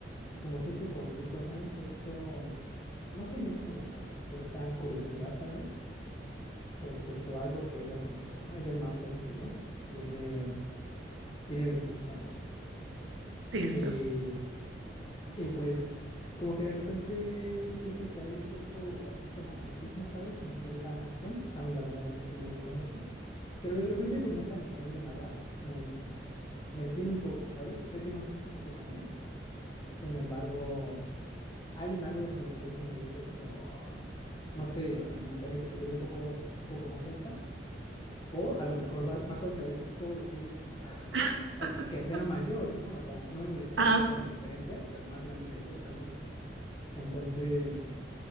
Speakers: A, on the left; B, on the right.
A: como cierto conflicto, ¿sabes? Cierto, no sé bien cómo llamarlo, cierta curiosidad tal vez respecto a algo que ella comentó, ¿no? Ella es más joven que yo, tiene, tiene 22 años.
B: listo.
A: Y Y pues como que de repente siento que hay cierto, cierto magnetismo, ¿sabes? Como cierta atracción. A mí la verdad es que sí me gusta mucho. Pero de repente como esta noción de la edad me, me detiene un poco, ¿sabes? Sé que no son tantos años. Sin embargo, hay un algo dentro de mí que me dice como, no sé, o sea, me gustaría que estuviera un poco, un poco más cerca. O a lo mejor va, va a contradecir todo lo que he dicho. <laughs>
B: <laughs>
A: O que que sea mayor, ¿no? O sea, no me molestaría
B: Ah,
A: que fuera esa diferencia, pero más grande que yo, tal vez. Entonces,